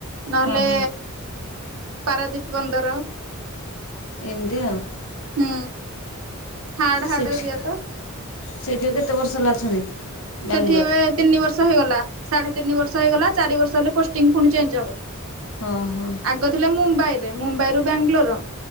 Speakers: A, on the right; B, on the left.
A: ନହେଲେ
B: ହଁ ହଁ
A: ପାରାଦ୍ଵୀପ ବନ୍ଦର।
B: ଏମିତି ଆଉ।
A: ହୁଁ। ହାର୍ଡ ହାର୍ଡ
B: ସେଠି,
A: ଏରିଆ ତ।
B: ସେଇଠି କେତେ ବର୍ଷ ହେଲା ଅଛନ୍ତି? ବାଙ୍ଗଲୋର
A: ସେଠି ଏବେ ତିନି ବର୍ଷ ହେଇଗଲା ସାଢେ ତିନି ବର୍ଷ ହେଇଗଲା ଚାରି ବର୍ଷ ହେଲେ ପୋଷ୍ଟିଂ ପୁଣି ଚେଞ୍ଜ ହବ।
B: ହଁ ହଁ।
A: ଆଗ ଥିଲେ ମୁମ୍ବାଇରେ, ମୁମ୍ବାଇରୁ ବାଙ୍ଗଲୋର।